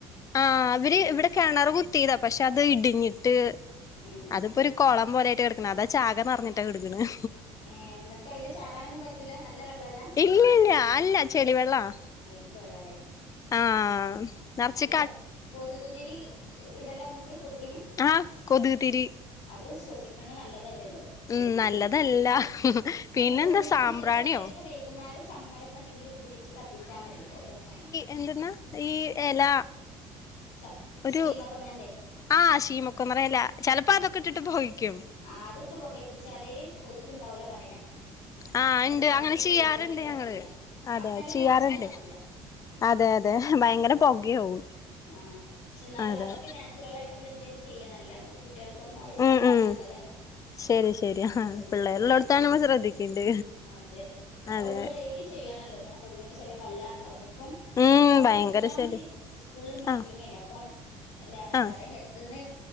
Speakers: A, on the left; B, on the left.
A: ആഹ് അവര് ഇവിടെ കിണർ കുത്തിയതാ പക്ഷെ അത് ഇടിഞ്ഞിട്ട്
B: ഏ
A: അതിപ്പൊരു കൊളം പോലെ ആയിട്ട് കെടക്ക്ണെ അതാ ചാക നിറഞ്ഞിട്ടാ കെടക്ക്ണ്
B: ഏഹേ എന്നിട്ടയ്ല് ചാടാനൊന്നും പറ്റൂല നല്ല വെള്ളല്ല
A: ഇല്ലല്ല അല്ല ചെളി വെള്ളവാ
B: അയിക്കു വെള്ളാല്ലേ?
A: ആഹ് നർച്ച്
B: മറ്റെ കൊതുകുതിരി ഇടലാന്നിട്ട് കൊതുകിന്?
A: ആഹ് കൊതുക്തിരി
B: അത് ശ്വസിക്ക്ണ നല്ലതല്ലല്ലോ? കൊതുകുതിരി
A: ഉം നല്ലതല്ല പിന്നെന്താ
B: അയിനിപ്പം
A: സാമ്പ്രാണിയോ
B: മുറ്റത്തെ എവിടേലൊക്കെ വൈകുന്നേര ചമ്മലൊക്കെ ഇണ്ടെങ്കില് കൂട്ടിട്ട് കത്തിച്ചാ മതി പൊകട്ടാണ്ട്
A: എന്ത്ന്നാ? ഈ എല
B: സ
A: ഒരു
B: സീമക്കൊന്നന്റെ
A: ആ ശീമൊക്കൊന്നെട എല ചെലപ്പോ അതൊക്കെ ഇട്ടിട്ട് പൊകിയിക്കും
B: ആഹ് അത്ട്ട് പുകയിപ്പിച്ചാല് കൊതുക്ണ്ടാവൂല പറയ്ണേക്കാ
A: ആഹ്
B: അയ്ന്റെ
A: ഇണ്ട്
B: സ്മെല്ല്
A: അങ്ങനെ
B: കൊത്കൾക്ക്
A: ചെയ്യാറുണ്ട്
B: പറ്റൂല
A: ഞങ്ങള് അതെ
B: ആ സ്മെല്ല്
A: ചെയ്യാറുണ്ട്
B: ഞമ്മക്കെനെ പറ്റൂല
A: അതെ അതെ ഭയങ്കര പൊകയാവും
B: ആഹ് ആഹ് പക്ഷെ ഇന്നാലും
A: അതെ
B: അതൊക്കെ നാച്ചുറലായിട്ട്ല്ലെ എന്തേലും ചെയ്യണല്ലോ നമ്മള് കുട്ട്യേൾക്കൊന്നും അഹ് ശ്വാസിക്ക്ണഹ്
A: ഉം ഉം
B: നല്ലതല്ല
A: ശരി ശരി ആ
B: കൊത്ക്
A: പിള്ളേരുള്ളോടത്താണ്
B: തിരി
A: നമ്മൾ ശ്രദ്ധിക്കേണ്ട്
B: അതെ അപ്പൊ
A: അതെ
B: അമ്മള് ഡെയ്ലി ചെയ്യണല്ലോ ഇങ്ങനെ കൊതുകിന്റെ ശല്യം വല്ലാണല്ലോ ആവുമ്പപ്പം
A: ഉം
B: ഇന്നലെ
A: ഭയങ്കര
B: മിനി മിനിഞ്ഞാന്ന്
A: ശല്യ
B: ഇസ്കൂൾള് മീറ്റിങ്ങേയ്ന്
A: ആഹ്
B: അപ്പം ലാ വെ എന്താറ്യാ
A: ആഹ്
B: ഹെൽത്ത്ന്ന്